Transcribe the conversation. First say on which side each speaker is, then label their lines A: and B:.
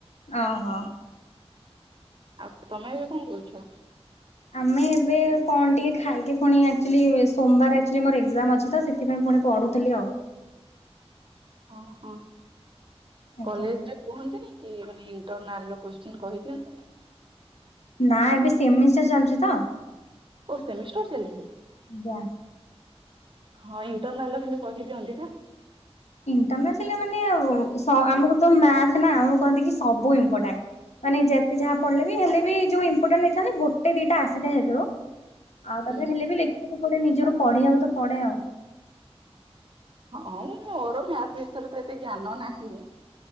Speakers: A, on the left (about 80°); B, on the right (about 50°).
A: ଓହୋ।
B: ଆଉ ତମେ ଏବେ କଣ କରୁଛ।
A: ଆମେ ଏବେ କଣ ଟିକେ ଖାଇକି ପୁଣି ଆଚୁଲି ସୋମବାର ଆଚୁଲି ମୋର ଏକଜାମ୍ ଅଛି ତ ସେଥି ପୁଣି ପଢୁଥିଲି ଆଉ।
B: ଓହୋ
A: ଆଜ୍ଞା
B: କଲେଜ ରେ କୁହନ୍ତିନି। କି ମାନେ ଇଣ୍ଟର କହିଦିଅନ୍ତିନି।
A: ନା ଏବେ ସେମି ସେ ଚାଲିୁଛି ତ।
B: ଓ ସେମି ଷ୍ଟାର୍ ଚାଲିଛି
A: ଆଜ୍ଞା
B: ହିଁ ଇଣ୍ଟରନାଲ ର। କିନ୍ତୁ କହିଦିଅନ୍ତି ନା।
A: ଇଣ୍ଟର ଥିଲା ମାନେ ସ ଆମକୁ ତ ମ୍ୟାଥ ନା ଆମକୁ କହନ୍ତି କି ସବୁ ଇପୋଟାଣ୍ଟ। ମାନେ ଯେତେ ଯାହା ପଡିଲେ ବି ହେଲେ ବି ଯୋଉ ଇମ୍ପୋର୍ଟାଣ୍ଟ ହେଇଥାନ୍ତ ଗୋଟେ ଦିଟା ଆସିଥାଏ ହେଥୁରୁ। ଆଉ
B: ନା।
A: ତାପରେ ହେଲେ ବି ଲେଖିବାକୁ ପଡେ ନିଜରୁ ପଢିବାକୁ ତ ପଢଡେ ଆଉ।
B: ହଁ ମୋର ମ୍ୟାଥ ବିଷୟରେ ତ ଏତେ ଜ୍ଞାନ ନାହିଁ।